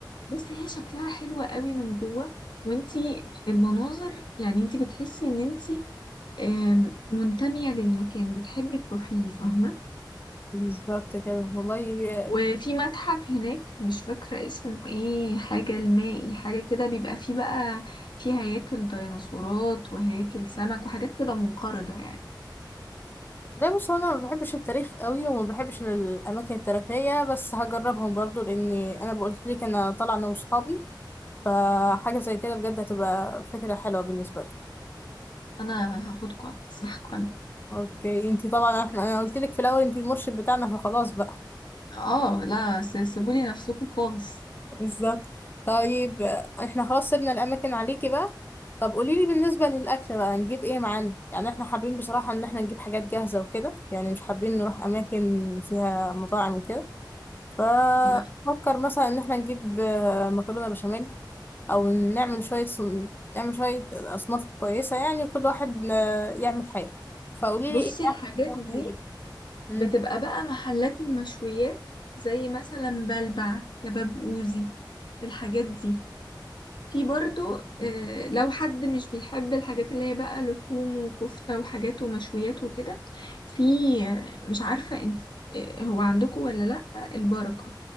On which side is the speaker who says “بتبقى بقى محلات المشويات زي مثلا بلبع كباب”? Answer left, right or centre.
Left